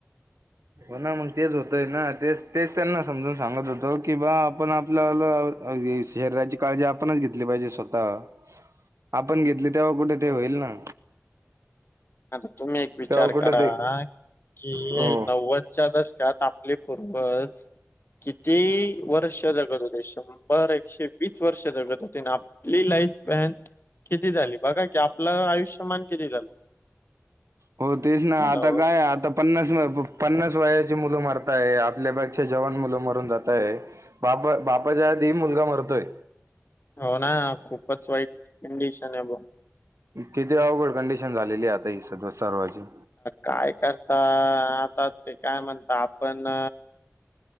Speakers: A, on the right; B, on the left.
A: हो ना, मग तेच होतंय ना, तेच, तेच त्यांना समजून सांगत होतो की, बा आपण आपल- <unintelligible> शरीराची काळजी आपणच घेतली पाहिजे स्वतः.
B: <inaudible>
A: आपण घेतली तेव्हा कुठे ते होईल ना?
B: आता तुम्ही एक विचार
A: तेव्हा कुठे
B: करा,
A: ते
B: कि
A: हो
B: नव्वद- च्या दशकात आपले पूर्वज किती वर्ष- जगत होते, शंभर, एकशे- वीस वर्ष जगत होती आणि आपली लाईफ फॅन किती झाली बघा की, आपलं आयुष्यमान- किती झाली?
A: हो, तेच ना आता
B: हो.
A: काय- आता पन्नास, पन्नास वयाची मुलं मरताय, आपल्यापेक्षा जवान मुलं मरून जात आहे. बापा- बापाच्या आधी मुलगा मरतोय.
B: हो ना, खूपच वाईट कंडिशन आहे बो.
A: कितीे अवघड कंडिशन झालेली आता ही सदव, सर्वांची.
B: काय करता, आता ते काय म्हणता आपण-